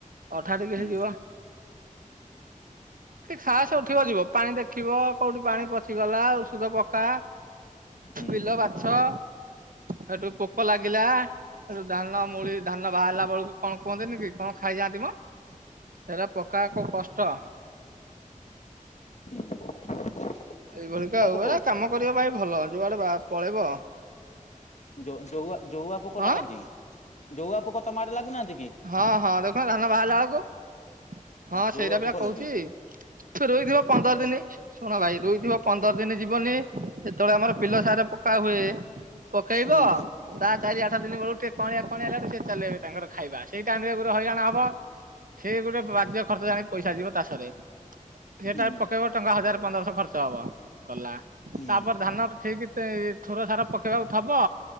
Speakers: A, on the right; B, on the left.
A: ଅଠା ଟିକେ
B: ହୁଁ
A: ହେଇ ଯିବ। ସେ ଖାସ ଉଠିବବା ଯିବ। ପାଣି ଦେଖିବ କୋଉଠି ପାଣି ପଚିଗଲା ଔଷଧ ପକା
B: ହୁଁ
A: ବିଲ ବା ଛ ସେଠୁ ପୋକ ଲାଗିଲା। ସେଠୁ ଧାନ ମୁଳି ଧାନ ବାହାରିଲା ବେଳକୁ କଣ କୁହନ୍ତିନ କି କଣ ଖାଇଯାଆନ୍ତି ମ? ସେଇଟା ପକା ଏକ କଷ୍ଟ,
B: ହୁଁ
A: ଏଇଭଳିିକା ଆଉ
B: ପୋକ
A: ଏ କାମ କରିବ ଭାଇ ଭଲ ଯୁଆଡେ ପଳେଇବ
B: ଜଉ ଜଉଆ ପୋକ
A: ହଁ।
B: ଲାଗନ୍ତି, ଜଉଆ ପୋକ ତମଡେ ଲାଗୁନାହାନ୍ତି କି?
A: ହଁ ହଁ ଦେଖୁନ ଧାନ ବାହାରିଲା ଆଳକୁ। ହଁ
B: ଜଉଆ
A: ସେଇଟା ପିଲା
B: ପୋକ
A: କହୁଛି
B: ଲାଗିବେ
A: ରହିଥିବ ପନ୍ଦର ଦିନ ଶୁଣ ଭାଇ ରୋଇଥିବ ପନ୍ଦର ଦିନ ଯିବନି ଯେତେବେଳେ ଆମର ପିଲ ସାର ପକା ହୁଏ ପକେଇବ
B: ହୁଁ
A: ତା ଚାରି ଆଠ ଦିନ ବେଳକୁ ଟିକେ କଅଁଳିଆ କଅଁଳିଆ ହେଲକୁ ସିଏ ଚଲେଇବେ ତାଙ୍କର ଖାଇବା ସେଇ ଟାଇମ ରେ ଗୁରେ ହଇରାଣ ହବ। ସେ ଗୋଟେ ବାଜ୍ୟ ଖର୍ଚ ଜାଣି ପଇସା ଯିବ ତାଷରେ। ସେଟା
B: ହୁଁ
A: ପକେଇବ ଟଙ୍କା ହଜାର ପନ୍ଦରଶହ ଖର୍ଚ୍ଚ ହବ। ଗଲା।
B: ହୁଁ
A: ତାପରେ ଧାନ ଠିକ ଥୋର ସାରା ପକେଇବାକୁ ଥବ